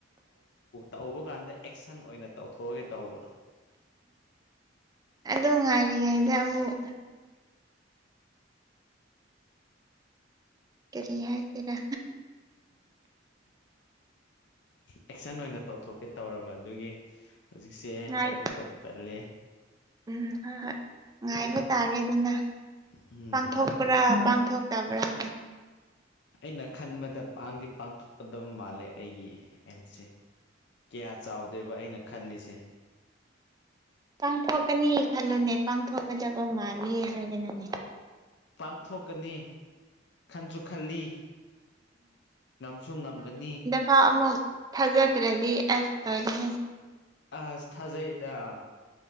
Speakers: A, on the left; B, on the right.
A: ꯇꯧꯕ ꯀꯥꯟꯗ ꯑꯦꯛꯁꯟ ꯑꯣꯏꯅ ꯇꯧꯊꯣꯛꯑꯒꯦ ꯇꯧꯕ
B: ꯑꯗꯨ ꯉꯥꯏꯔꯤꯉꯩꯗ ꯑꯃꯨꯛ ꯀꯔꯤ ꯍꯥꯏꯁꯤꯔꯥ
A: ꯑꯦꯛꯁꯟ ꯑꯣꯏꯅ ꯇꯧꯊꯣꯛꯀꯦ ꯇꯧꯔꯕ ꯑꯗꯨꯒꯤ ꯍꯧꯖꯤꯛꯁꯦ
B: ꯉꯥꯏ
A: ꯍꯥꯏꯗꯣꯛꯄ ꯇꯜꯂꯦ
B: ꯎꯝ ꯉꯥꯏꯕ ꯇꯥꯔꯦꯗꯥꯅꯥ
A: ꯎꯝ
B: ꯄꯥꯡꯊꯣꯛꯄ꯭ꯔꯥ ꯄꯥꯡꯊꯣꯛꯇꯕ꯭ꯔꯥꯗꯣ
A: ꯑꯩꯅ ꯈꯟꯕꯗ ꯄꯥꯡ ꯗꯤ ꯄꯥꯡꯊꯣꯛꯀꯗꯕ ꯃꯥꯜꯂꯦ ꯑꯩꯒꯤ ꯑꯦꯝꯁꯦ ꯀꯌꯥ ꯆꯥꯎꯗꯦꯕ ꯑꯩꯅ ꯈꯜꯂꯤꯁꯦ
B: ꯄꯥꯡꯊꯣꯛꯀꯅꯤ ꯈꯜꯂꯨꯅꯦ ꯄꯥꯡꯊꯣꯛꯀꯗꯕ ꯃꯥꯂꯦ ꯍꯥꯏꯒꯅꯨꯅꯦ
A: ꯄꯥꯡꯊꯣꯛꯀꯅꯤ ꯈꯟꯁꯨ ꯈꯜꯂꯤ ꯉꯝꯁꯨ ꯉꯝꯒꯅꯤ
B: ꯍꯥ ꯑꯃꯨꯛ ꯊꯥꯖꯗ꯭ꯔꯗꯤ ꯑꯁ ꯇꯣꯏꯔꯦ ꯍꯦ
A: ꯑꯁ ꯊꯥꯖꯩꯗ